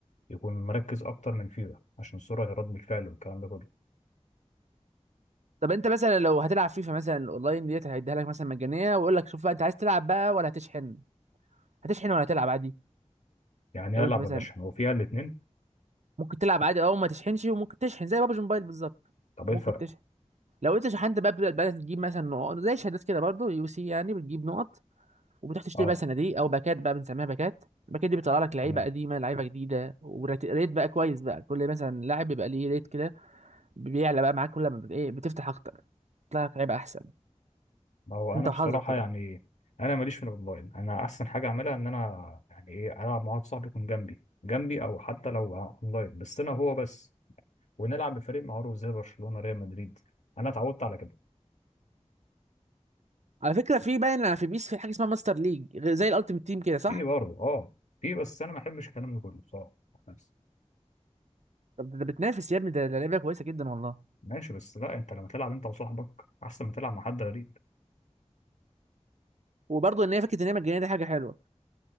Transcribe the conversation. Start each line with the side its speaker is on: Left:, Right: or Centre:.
Left: يكون مركز اكتر من فيفا عشان سرعه رد الفعل والكلام ده كله
Right: طب انت مثلا لو هتلعب فيفا مثلا الاونلاين ديت هيديها لك مثلا مجانيه ويقول لك شوف بقى انت عايز تلعب بقى ولا هتشحن هتشحن ولا هتلعب عادي
Left: يعني
Right: لو
Left: العب
Right: انت مثلا
Left: ولا اشحن هو فيها الاثنين
Right: ممكن تلعب عادي او ما تشحنش وممكن تشحن زي بابجي موبايل بالظبط
Left: طب
Right: ممكن
Left: ايه الفرق
Right: تشحن لو انت شحنت بقى بتبدا بقى تجيب مثلا نقط زي شهادات كده برضه يو سي يعني بتجيب نقط وبتروح تشتري
Left: اه
Right: بقى صناديق او باكات بقى بنسميها باكات الباكات دي بيطلع لك لعيبه
Left: تمام
Right: قديمه لعيبه جديده وريت بقى كويس بقى كل مثلا لاعب بيبقى ليه ريت كده بيعلى بقى معاك كل ما بت- ايه بتفتح اكتر بيطلع لك لعيبه احسن
Left: ما هو انا
Right: انت وحظك
Left: بصراحه
Right: طبعا
Left: يعني انا ماليش في الاونلاين انا احسن حاجه اعملها ان انا يعني ايه العب مع واحد صاحبي يكون جنبي جنبي او حتى لو اونلاين بس انا هو بس ونلعب بفريق معروف زي برشلونه ريال مدريد انا اتعودت على كده
Right: على فكره في باين في بيس في حاجه اسمها ماستر ليج غ- زي الالتيمت تيم كده صح
Left: في برضه اه في بس انا ما بحبش الكلام ده كله بصراحه نفسي
Right: طب ده ده بتنافس يا ابني ده ده لعبه كويسه جدا والله
Left: ماشي بس لا انت لما تلعب انت وصاحبك احسن ما تلعب مع حد غريب
Right: وبرضه ان هي فكره ان هي مجانيه دي حاجه حلوه